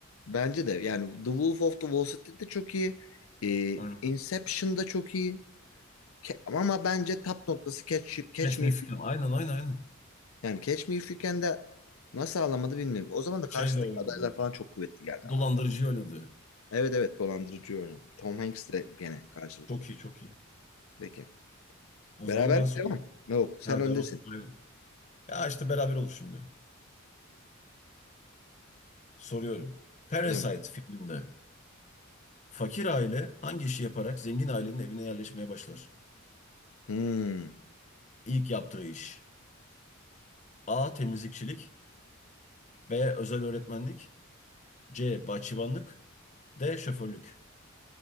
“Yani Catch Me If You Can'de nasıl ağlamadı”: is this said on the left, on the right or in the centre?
Left